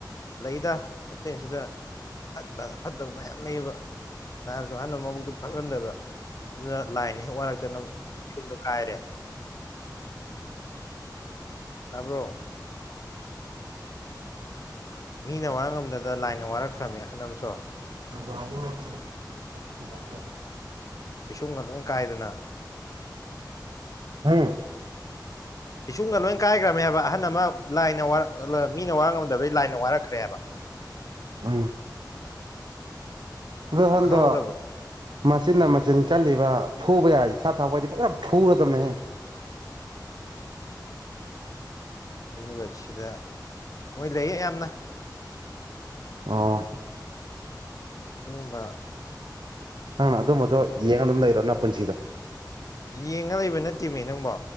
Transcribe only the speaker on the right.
<unintelligible> ꯎꯝ ꯎꯝ
ꯍꯝ
ꯎꯝ ꯗꯣ
ꯍꯟꯗꯛ
ꯃꯆꯤꯟꯅ ꯃꯆꯤꯟ ꯀꯜꯂꯤꯕ ꯐꯨꯕ ꯌꯥꯔꯗꯤ ꯏꯈꯥ ꯊꯥꯕ ꯑꯣꯏꯗꯤ ꯐꯖꯅ ꯐꯨꯨꯔꯗꯕꯅꯦꯍꯦ
ꯑꯣ
ꯅꯪꯅ ꯑꯗꯨꯝꯕꯗꯣ ꯌꯦꯡꯉ ꯑꯗꯨꯝ ꯂꯩꯔꯣ ꯅꯄꯨꯟꯁꯤꯗꯣ